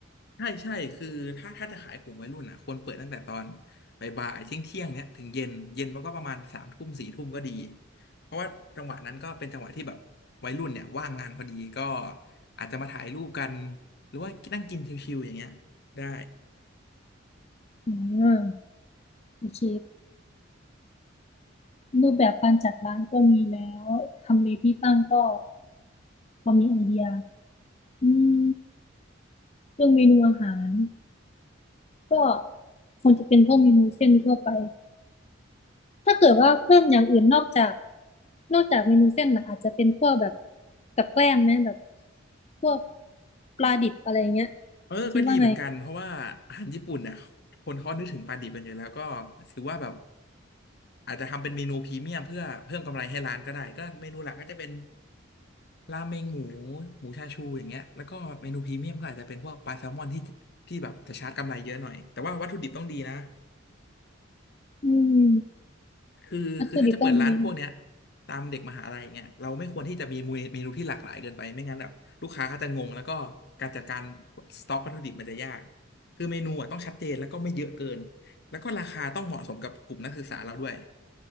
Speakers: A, on the left; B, on the left.
A: ใช่ใช่คือถ้าถ้าจะขายกลุ่มวัยรุ่นอ่ะควรเปิดตั้งแต่ตอนบ่ายๆเที่ยงเที่ยงเนี้ยถึงเย็นเย็นมันก็ประมาณสามทุ่มสี่ทุ่มก็ดีเพราะว่าจังหวะนั้นก็เป็นจังหวะที่แบบวัยรุ่นเนี่ยว่างงานพอดีก็อาจจะมาถ่ายรูปกันหรือว่านั่งกินชิวๆอย่างเงี้ยได้
B: อืมโอเครูปแบบการจัดร้านก็มีแล้วทำเลที่ตั้งก็พอมีไอเดียอืมเรื่องเมนูอาหารก็คงจะเป็นพวกเมนูเส้นทั่วไปถ้าเกิดว่าเพิ่มอย่างอื่นนอกจากนอกจากเมนูเส้นล่ะอาจจะเป็นพวกแบบกับแกล้มไหมแบบพวกปลาดิบอะไรเงี้ย
A: เออก็ดีเหมือนกันเพราะว่าอาหารญี่ปุ่นเนี่ยคนเขานึกถึงปลาดิบกันอยู่แล้วก็ถือว่าแบบ
B: คิดว่าไง
A: อาจจะทำเป็นเมนูพรีเมียมเพื่อเพิ่มกำไรให้ร้านก็ได้ก็เมนูหลักก็จะเป็นราเมงหมูหมูชาชูอย่างเงี้ยแล้วก็เมนูพรีเมียมก็อาจจะเป็นพวกปลาแซลมอนที่ที่แบบจะชาร์จกำไรเยอะหน่อยแต่ว่าวัตถุดิบต้องดีนะ
B: อืม
A: คือคือถ้าจะเปิดร้านพวกเนี้ย
B: วัตถุดิบก็มงี
A: ตามเด็กมหาลัยอย่างเงี้ยเราไม่ควรที่จะมีเมนูที่หลากหลายเกินไปไม่งั้นแบบลูกค้าเขาจะงงแล้วก็การจัดการสต็อกวัตถุดิบมันจะยากคือเมนูอ่ะต้องชัดเจนแล้วก็ไม่เยอะเกินแล้วก็ราคาต้องเหมาะสมกับกลุ่มนักศึกษาเราด้วย